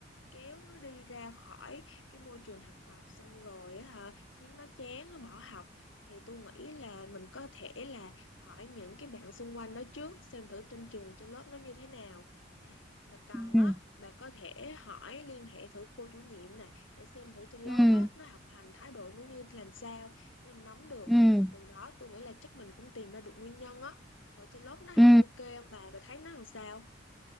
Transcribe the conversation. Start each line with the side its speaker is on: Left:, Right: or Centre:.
Left: kéo nó đi ra khỏi cái môi trường thực tập xong rồi á hả khiến nó chán nó bỏ học thì tôi nghĩ là mình có thể là hỏi những cái bạn xung quanh đó trước xem thử trên trường trên lớp nó như thế nào à mà còn
Centre: Ừ.
Left: á bà có thể hỏi liên hệ thử cô chủ nhiệm nè để xem thử trên lớp
Centre: Ừ.
Left: á nó học hành thái độ nó như làm sao để mình nắm được
Centre: Ừ.
Left: rồi từ đó tôi nghĩ là chắc mình cũng tìm ra được nguyên nhân á mà trên lớp nó học
Centre: Ừ.
Left: ok không bà bà thấy nó làm sao